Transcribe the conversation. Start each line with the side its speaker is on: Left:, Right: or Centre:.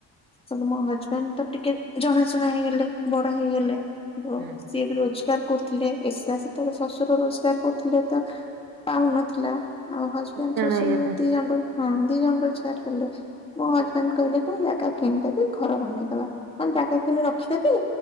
Left: ହେଟୁ ମୋ ହଜବେଣ୍ଡ୍ ତ ଟିକେ ଜଣାଶୁଣା ହେଇଗଲେ, ବଡ ହେଇଗଲେ
Right: ହୁଁ ହୁଁ।
Left: ସିଏ ବି ରୋଜଗାର କରୁଥିଲେ, ଏକ୍ସଟ୍ରା ସେତେବେଳେ ଶ୍ୱଶୁର ରୋଜଗାର କରୁଥିଲେ ତ ପାଉନଥିଲା, ଆଉ ହଜବଣ୍ଡ୍
Right: ଦି ଜଣ
Left: ଶଶୁର
Right: ହେଇଗଲେ
Left: ଯୋଉ ଦି ଜଣ ର, ହଁ ଦି ଜଣ ର <unintelligible> ମୋ ହଜବେଣ୍ଡ କହିଲେ କି ମୁଁ ଜାଗା କିଣିଦେବି ଘର ବନେଇଦବା ନହେଲେ ଜାଗା କିଣି ରଖିଦେବି